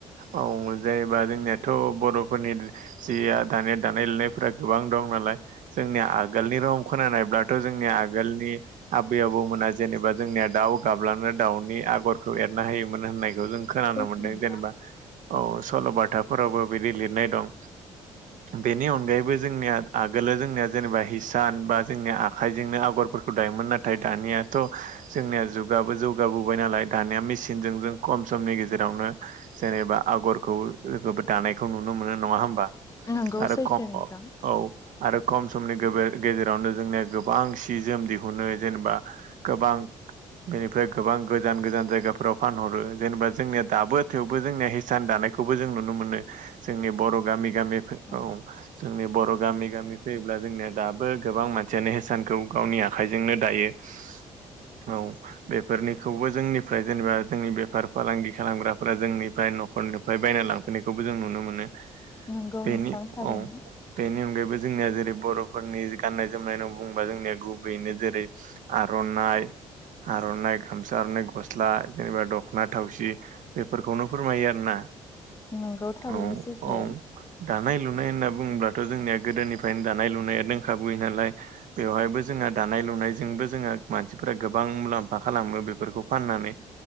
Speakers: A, on the right; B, on the left.
A: औ जेनेबा जोंनियाथ' बर'फोरनि जिया दानाय दानाय लुनायफोरा गोबां दं नालाय जोंनि आगोलनि रम खोनानायब्लाथ' जोंनि आगोलनि आबै आबौमोना जेनेबा जोंनिया दाउ गाब्लानो दाउनि आगरखौ एरना होायोमोन होननायखौ जों खोनानो
B: सैथो
A: मोनदों
B: नोंथां।
A: जेनेबा औ सल'बाथाफोरावबो बिदि लिरनाय दं। बेनि अनगायैबो जोंनिया आगोलो जोंनिया जेनेबा हिसान बा जोंनिया आखाइजोंनो आगरफोरखौ दायोमोन। नाथाय दानियाथ' जोंनिया जुगाबो जौगाबोबाय नालाय दानिया मेसिनजों जों खम समनि गेजेरावनो जेनेबा आगरखौ लोगो दानायखौ नुनो मोनो नङा होमबा
B: नंगौ
A: आरो
B: सैथो
A: ख
B: नोंथां
A: औ आरो खम समनि गोबो-गेजेरावनो जोंनिया गोबां सि जोम दिहुनो जेनेबा गोबां बेनिफ्राय गोबां गोजान गोजान जायगाफोराव फानहरो जेनेबा जोंनिया दाबो थेवबो जोंनिया हिसान दानायखौबो जों नुनो मोनो जोंनि बर' गामि गामि फो
B: औ
A: जोंनि बर' गामि गामि फैयोब्ला जोंनिया दाबो गोबां मानसियानो हेसानखौ गावनि आखाइजोंनो दायो। <unintelligible> औ बेफोरनिखौबो जोंनिफ्राय जेनेबा जोंनि बेफार फालांगि खालामग्रा फोरा जोंनिफ्राय न'खरनिफ्राय बायना लांफैनायखौबो जों नुनो मोनो।
B: नंगौ
A: बेनि
B: नोंथां थारैनो
A: औ बेनि अनगायैबो जोंनिया जेरै बर'फोरनि गान्नाय जोमनाय बुंबा जोंनिया गुबैयैनो जेरै। आर'नाइ आर'नाइ गामसा आर'नाइ गस्ला जेनेबा दख'ना थावसि बेफोरखौनो फोरमायो आरोना।
B: नोंगौ थारैनोसैथो?
A: औ औ दानाय लुनाय होनना बुङोबथ' जोंनिया गोदोनिफ्रायनो दानाय लुनाया दंखाबोयो नालाय। बेवहायबो जोंहा दानाय लुनायजोंबो जोंहा मानसिफोरा गोबां मुलाम्फा खालामो बेफोरखौ फाननानै